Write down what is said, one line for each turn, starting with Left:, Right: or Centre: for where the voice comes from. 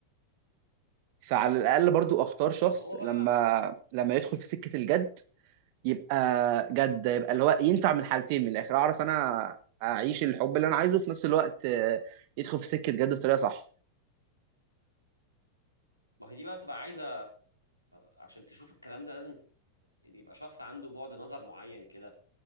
Right: فعلى الاقل برضو اختار شخص
Left: ما هو
Right: لما
Left: بقى
Right: لما يدخل في سكه الجد يبقى جد يبقى اللي هو ينفع من الحالتين من الاخر اعرف انا اعيش الحب اللي انا عايزه في نفس الوقت آه، يدخل في سكه جد بطريقه صح
Left: ما هي دي بقى بتبقى عايزة عشان تشوف الكلام ده لازم يبقى شخص عنده بعد نظر معين كده